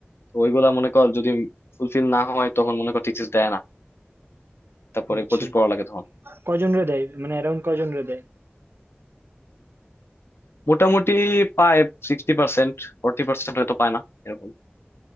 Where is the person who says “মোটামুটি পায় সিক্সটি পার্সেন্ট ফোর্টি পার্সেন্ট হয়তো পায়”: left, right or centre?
Left